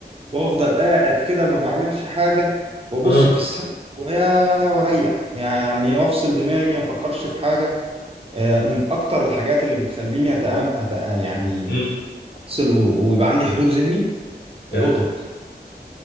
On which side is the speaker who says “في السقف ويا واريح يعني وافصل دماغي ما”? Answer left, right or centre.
Right